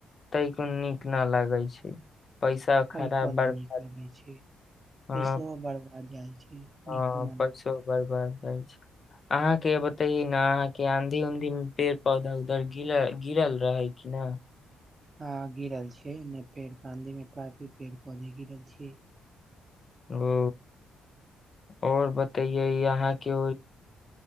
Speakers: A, on the left; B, on the right.
A: ताकन नीक न लागे छै पैसा खराब
B: तरिकोना
A: बर्बाद
B: नीक लगे छै
A: हँ
B: पैसो बरब आ जाइ छै नीको
A: हँ
B: न
A: पैसो
B: लगे छै
A: बरबर अहाँके बतैये ने अहाँके आंधी उधी मे पेड़ पौधा उधरि गिरल रहे कि न
B: ह गिरल छियै पेड़ पधे मे की पेड़ पौधे गिरल छीियै
A: ओ आओर बतैयै अहाँके